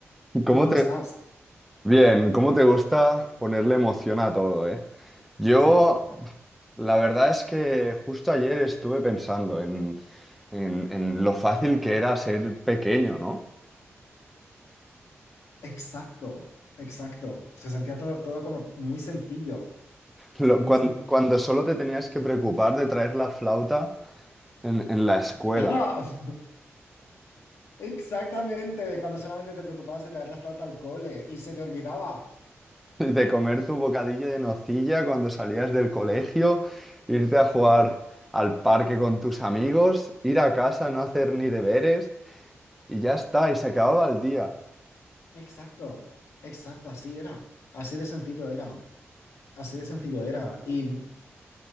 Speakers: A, in the centre; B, on the left.
A: ¿Cómo
B: ¿Tú cómo
A: te...
B: estás?
A: Bien, ¿cómo te gusta ponerle emoción a todo, eh? Yo,
B: Sí,
A: la verdad es que justo ayer estuve pensando en, en- en lo fácil que era ser pequeño, ¿no?
B: exacto, exacto. Se sentía todo, todo como muy sencillo,
A: Lo-
B: muy
A: cuan-
B: sencillo.
A: cuando, solo te tenías que preocupar de traer la flauta en, en la escuela
B: <laughs> Exactamente, de cuando solamente te preocupabas de traer la flauta al cole y se te olvidaba.
A: <laughs> y de comer tu bocadillo de nocilla cuando salías del colegio, irte a jugar al parque con tus amigos, ir a casa, no hacer ni deberes y ya está, y se acababa el día.
B: Exacto, exacto, así era. Así de sencillo era. Así de sencillo era. Y